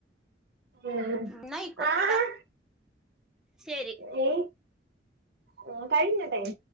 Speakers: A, on the right (about 60°); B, in the centre.
A: ആഹ്
B: എന്നാ ആയിക്കോട്ടെ
A: ആഹ്
B: ട്ടോ ശരി
A: ഏഹ് ഉം കഴിഞ്ഞ ടൈം